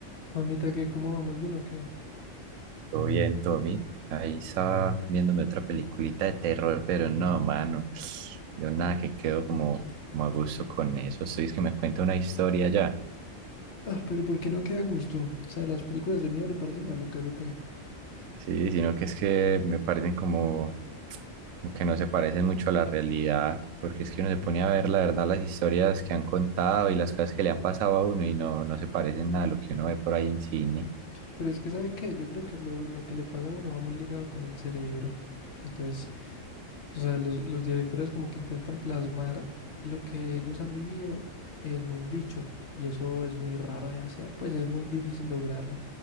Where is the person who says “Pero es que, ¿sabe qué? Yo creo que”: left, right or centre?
Left